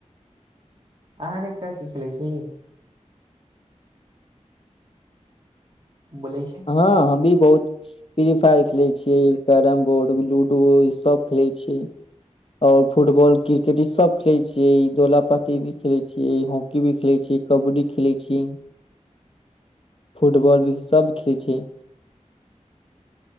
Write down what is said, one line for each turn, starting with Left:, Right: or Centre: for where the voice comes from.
Right: अहाँके क की खेलै छी बोले छी
Left: हाँ हम भी बहुत फ्री फायर खेले छिये कैरम बोर्ड लूडो ई सब खेले छिये आओर फुटबॉल क्रिकेट ई सब खेले छिये दोला पाती भी खेले छिये हॉकी भी खेले छी कबड्डी खेले छी फुटबॉल भी सब खेलय छी